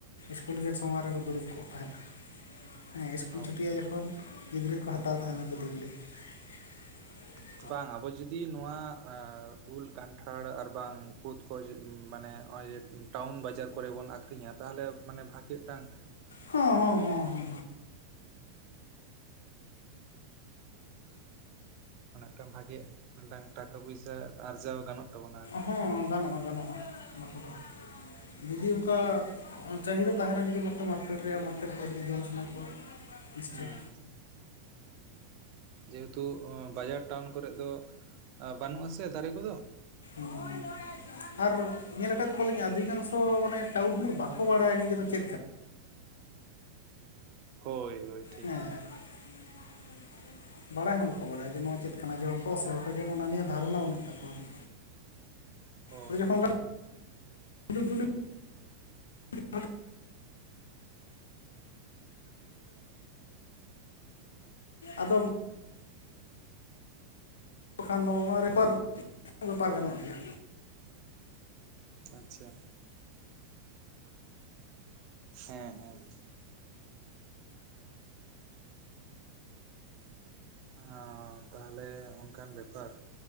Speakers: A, on the left (about 65°); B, on the right (about 45°).
A: ᱥᱠᱩᱞ ᱜᱮᱴ ᱥᱟᱢᱟᱝ ᱨᱮᱠᱚ ᱫᱩᱲᱩᱵ ᱠᱚᱜ ᱛᱟᱸᱦᱮᱫ ᱦᱮᱸ ᱤᱥᱠᱩᱞ
B: ᱚ
A: ᱪᱷᱩᱴᱤᱜᱼᱟ ᱡᱚᱠᱷᱚᱱ ᱜᱤᱫᱽᱨᱟᱹ ᱠᱚ
B: ᱦᱩᱸ
A: ᱦᱟᱛᱟᱣ ᱛᱟᱦᱮᱸᱱᱟ ᱠᱩᱫ ᱵᱤᱞᱤ <inaudible>
B: ᱵᱟᱝ ᱟᱵᱚ ᱡᱩᱫᱤ ᱱᱚᱣᱟ ᱮ ᱩᱞ ᱠᱟᱱᱴᱷᱟᱲ ᱟᱨ ᱵᱟᱝ ᱠᱩᱫ ᱠᱚ ᱢᱟᱱᱮ ᱱᱚᱜᱼᱚᱭ ᱡᱮ ᱴᱟᱣᱩᱱ ᱵᱟᱡᱟᱨ ᱠᱚᱨᱮ ᱵᱚᱱ ᱟᱠᱷᱨᱤᱧᱟ ᱛᱟᱦᱚᱞᱮ ᱢᱟᱱᱮ ᱵᱷᱟᱜᱮ ᱢᱤᱫᱴᱟᱝ
A: ᱦᱚ ᱦᱚ ᱦᱚ
B: ᱚᱱᱟᱴᱟᱝ ᱵᱷᱟᱜᱮ ᱢᱤᱫᱴᱟᱝ ᱴᱟᱠᱟ ᱯᱚᱭᱥᱟ ᱟᱨᱡᱟᱣ ᱜᱟᱱᱚᱜ ᱛᱟᱵᱚᱱᱟ ᱟᱨᱠᱤ
A: ᱦᱚᱸ ᱜᱟᱱᱚᱜᱼᱟ ᱜᱟᱱᱚᱜᱼᱟ ᱚᱱᱟ ᱠᱚᱫᱚ ᱡᱩᱫᱤ ᱚᱱᱠᱟ ᱪᱟᱦᱤᱫᱟ ᱛᱟᱦᱮᱱᱟ ᱡᱩᱫᱤ ᱢᱮᱫᱴᱟᱝ ᱢᱟᱨᱠᱮᱴ ᱨᱮᱭᱟᱜ ᱢᱟᱨᱠᱮᱴ ᱦᱚᱲ ᱡᱚᱢ ᱥᱟᱱᱟ ᱠᱚᱣᱟ ᱱᱤᱥᱪᱚᱭ
B: ᱦᱮᱸ ᱦᱮᱸ ᱡᱮᱦᱮᱛᱩ ᱵᱟᱡᱟᱨ ᱴᱟᱣᱩᱱ ᱠᱚᱨᱮᱜ ᱫᱚ ᱵᱟᱹᱱᱩᱜ ᱟᱥᱮ ᱫᱟᱨᱮ ᱠᱚᱫᱚ
A: ᱦᱚ ᱟᱨ ᱧᱮᱞ ᱟᱠᱟᱫ ᱠᱚᱣᱟᱞᱤᱧ ᱚᱫᱷᱤᱠᱟᱝᱥᱚ ᱢᱟᱱᱮ ᱴᱟᱣᱩᱱ ᱦᱚᱲ ᱫᱚ ᱵᱟᱠᱚ ᱵᱟᱲᱟᱭᱟ ᱡᱮ ᱱᱚᱣᱟ ᱫᱚ ᱪᱮᱫ ᱠᱟᱱᱟ
B: ᱦᱳᱭ ᱦᱳᱭ ᱴᱷᱤᱠ
A: ᱦᱮᱸ <unintelligible> ᱵᱟᱲᱟᱭ ᱦᱚᱸ ᱵᱟᱠᱚ ᱵᱟᱲᱟᱭᱟ ᱡᱮ ᱱᱚᱣᱟ ᱪᱮᱫ ᱠᱟᱱᱟ ᱡᱚᱢᱟ ᱠᱚᱥᱮ ᱵᱟᱠᱚ ᱡᱚᱢᱟ ᱱᱚᱣᱟ ᱱᱤᱭᱟᱹ ᱫᱷᱟᱨᱚᱱᱟ ᱵᱟᱹᱱᱩᱜ ᱛᱟᱠᱚᱣᱟ <inaudible>
B: ᱦᱳᱭ
A: ᱟᱫᱚ ᱡᱚᱠᱷᱚᱱ <unintelligible> <inaudible> ᱟᱫᱚ ᱟᱫᱚ ᱠᱷᱟᱱ ᱫᱚ ᱚᱱᱟ ᱨᱮᱯᱟᱨ ᱵᱮᱯᱟᱨ ᱜᱟᱱᱚᱜ ᱜᱮᱭᱟ
B: ᱟᱪᱪᱷᱟ ᱦᱮᱸ ᱦᱮᱸ ᱮ ᱛᱟᱦᱞᱮ ᱚᱱᱠᱟᱱ ᱵᱮᱯᱟᱨ